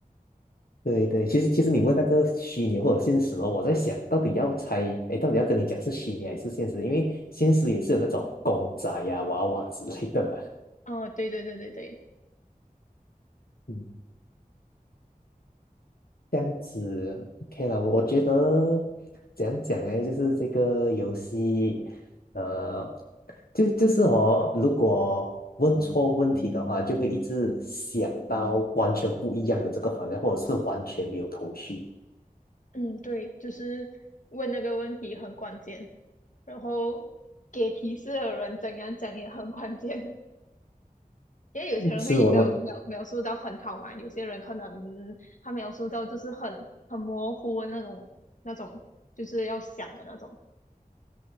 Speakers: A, on the left; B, on the left.
A: 对对，其实其实你问那个虚拟或者现实哦，我在想到底要猜，哎，到底要跟你讲是虚拟还是现实？因为现实也是有那种公仔呀、娃娃之类的嘛。
B: 哦，对对对对对，
A: 嗯。这样子，OK 了。我觉得怎样讲呢，就是这个游戏，呃，就就是我如果问错问题的话，就会一直想到完全不一样的这个方向，或者是完全没有头绪。
B: 嗯，对，就是问那个问题很关键。然后给提示的人怎样讲也很关键。因为有些人会描描描述到很好嘛，
A: 是我我
B: 有些人可能他描述到就是很很模糊的那种那种，就是要想的那种。